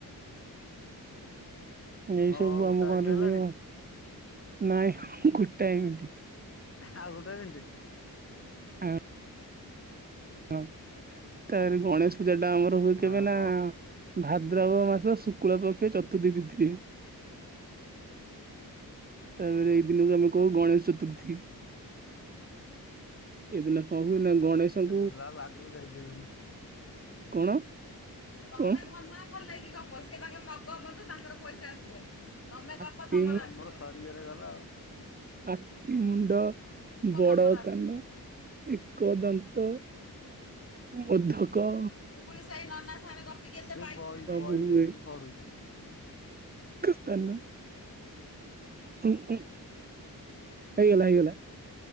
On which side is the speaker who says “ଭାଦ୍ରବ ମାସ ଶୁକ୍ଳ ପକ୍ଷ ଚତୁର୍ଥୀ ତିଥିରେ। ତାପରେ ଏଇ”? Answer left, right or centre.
Right